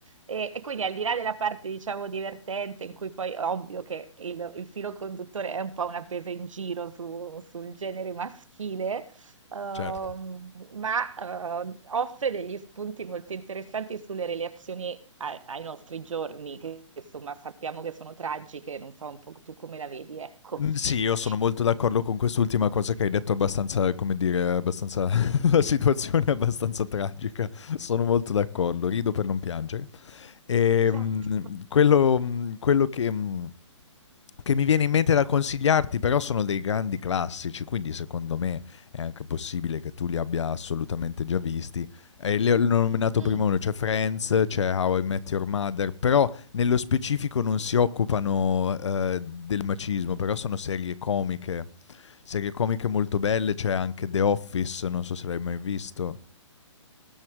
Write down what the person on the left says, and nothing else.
certo.
Mhmm, sì, io sono
molto d'accordo con quest'ultima cosa che hai detto abbastanza come dire, abbastanza <laughs> la situazione è abbastanza tragica. Sono molto d'accordo, rido per non piangere. Ehm,
quello mhmm, quello che, mhmm che mi viene in mente da consigliarti, però sono dei grandi classici, quindi secondo me è anche possibile che tu li abbia assolutamente già visti. Eh, li ho nominato
prima uno, c'è Friends, c'è How I Met Your Mother, però nello specifico non si occupano eh, del macismo, però sono serie comiche, serie comiche molto belle, c'è anche The Office, non so se l'hai mai visto.